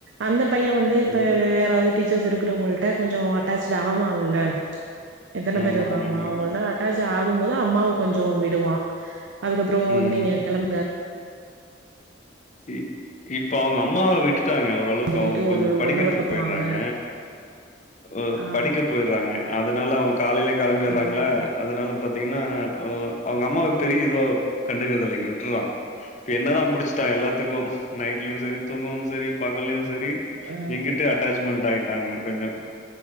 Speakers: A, on the right (about 70°); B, on the left (about 40°).
A: அந்த பைய வந்து இப்ப
B: ம்
A: யாராவது டீச்சர்ஸ் இருக்கறவுங்கள்ட்ட கொஞ்சோ அட்டாச்ட்டு ஆவால எத்தன
B: ஆமா
A: பேரு இருக்காங்களோ
B: ஆமாங்க
A: அவங்கள்ட்ட அட்டாஜ்ஜு ஆகும்போது அம்மாவ கொஞ்சோ விடுவா அதுக்கப்புறோ
B: ம்
A: நீங்க கெளம்புங்க
B: இ இப்ப அவுங்க அம்மாவ விட்டுட்டாங்க ஓரளவுக்கு
A: சொல்லிட்டு
B: அவுங்க கொஞ்சோ
A: ஒரு
B: படிக்கறதுக்கு
A: ஒன் ஹவருக்கு அப்றோ
B: போய்றாங்க
A: வாங்க
B: ம்
A: ஆ
B: படிக்க போய்றாங்க அதனால அவுங்க காலைலயே கெளம்பிறாங்களா
A: ம்
B: அதனால பாத்தீங்கன்னா அ அவங்க அம்மாவ பெரிய இதுவா கண்டுக்கறதில்லங்க விட்டுறா இப்ப என்னதா புடிச்சிட்டா எல்லாத்துக்கோ நைட்லயு செரி தூங்குவோ செரி பகல்லயு செரி
A: ஆ
B: எங்கிட்ட அட்டாச்மென்ட் ஆயிட்டாங்க கொஞ்சோ